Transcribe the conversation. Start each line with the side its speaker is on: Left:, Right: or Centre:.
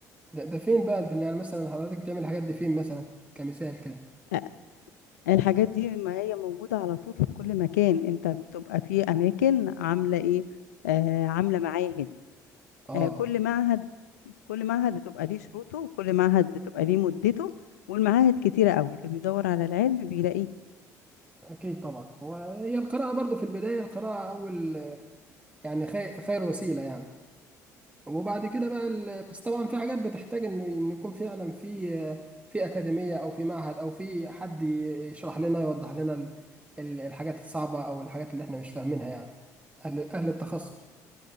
Right: ده, ده فين بقى في يعني مثلا حضرتك بتعمل الحاجات دي فين مثلا كمثال كده
Left: أ- الحاجات دي ما هي موجوده على طول في كل مكان انت بتبقى في اماكن عامله ايه آه عامله معاهد
Right: اه
Left: آه كل معهد كل معهد بتبقى ليه شروطه وكل معهد بتبقى ليه مدته والمعاهد كتيره قوي اللي بيدور على العلم بيلاقيه
Right: اكيد طبعا وهي القراءه برضو في البدايه القراءه اول يعني خير, خير وسيله يعني وبعد كده بقى ال... بس طبعا في حاجات بتحتاج انه إن يكون فعلا في في اكاديميه او في معهد او في حد يشرح لنا يوضح لنا ال... ال- الحاجات الصعبه او الحاجات اللي احنا مش فاهمينها يعني اهل اهل التخصص